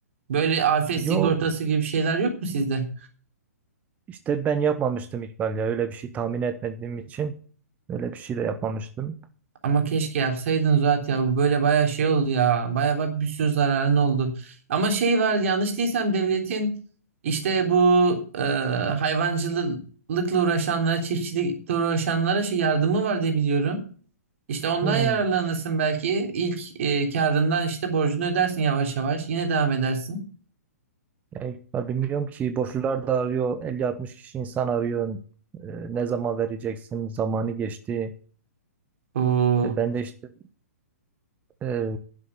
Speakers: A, on the right (about 55°); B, on the right (about 15°).
A: Böyle afet
B: yok.
A: sigortası gibi şeyler yok mu sizde?
B: İşte ben yapmamıştım İkbal ya. Öyle bir şey tahmin etmediğim için öyle bir şey de yapmamıştım.
A: Ama keşke yapsaydın Zuhat ya. Bu böyle baya şey oldu ya. Baya bak bir sürü zararın oldu. Ama şey var yanlış değilsem devletin işte bu e, hayvancılıkla uğraşanlara, çiftçilikle uğraşanlara şey yardımı var diye biliyorum. İşte ondan
B: Hmm.
A: yararlanırsın belki. İlk e, karından işte borcunu ödersin yavaş yavaş. Yine devam edersin.
B: Ya İkbal bilmiyorum ki borçlular da arıyor. Elli altmış kişi insan arıyor. Ee, ne zaman vereceksin? Zamanı geçti.
A: Oo,
B: E, ben de işte e,